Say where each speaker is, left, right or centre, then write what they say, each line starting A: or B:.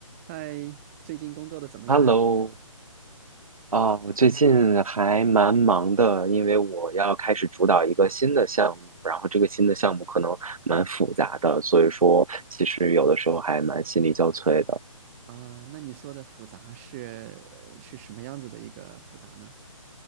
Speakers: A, on the right; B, on the right.
A: 嗨，最近工作的怎么样啊？
B: Hello，啊，我最近还蛮忙的，因为我要开始主导一个新的项目，然后这个新的项目可能蛮复杂的，所以说其实有的时候还蛮心力交瘁的。
A: 啊，那你说的复杂是是什么样子的一个复杂呢？